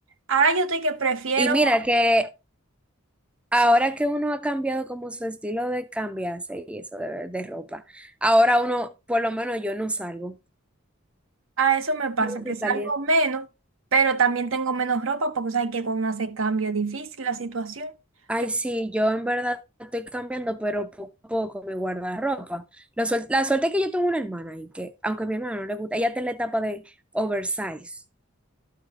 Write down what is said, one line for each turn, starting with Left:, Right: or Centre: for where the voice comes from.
Right: Ahora yo estoy que prefiero.
Centre: Y mira que
Right: sí,
Centre: ahora que uno ha cambiado como su estilo de cambiarse y eso de, de ropa, ahora uno, por lo menos yo no salgo.
Right: A eso me pasa,
Centre: Yo no estoy
Right: que salgo
Centre: saliendo.
Right: menos, pero también tengo menos ropa porque sabes que cuando hace cambio es difícil la situación,
Centre: Ay,
Right: que
Centre: sí, yo en verdad estoy cambiando, pero poco a poco mi guardarropa. La suerte, la suerte es que yo tengo una hermana y que, aunque a mi hermana no le gusta, ella está en la etapa de oversize.